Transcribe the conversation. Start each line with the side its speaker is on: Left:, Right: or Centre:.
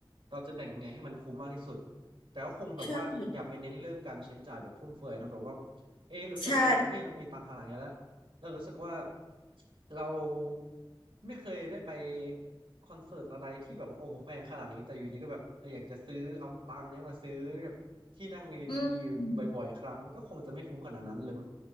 Right: เราจะแบ่งยังไงให้มันคุ้มมากที่สุดแต่ก็คงแบบว่าอย่าไปเน้นเรื่องการใช้จ่ายแบบฟุ่มเฟือยเนอะแบบว่า
Left: ใช่
Right: เอ๊ะรู้สึกว่าแบบเอ๊ะเรามีตังค์ขนาดนี้แล้ว
Left: ใช่
Right: แล้วรู้สึกว่าเราไม่เคยได้ไปคอนเสิร์ตอะไรที่แบบว่าโอ้โหแพงขนาดนี้แต่อยู่ดีก็แบบอยากจะซื้อเอาตังค์เนี้ยมาซื้อแบบที่นั่งวี i
Left: อืมอืม
Right: p อยู่บ่อยๆครั้งก็คงจะไม่คุ้มขนาดนั้นหรือมัน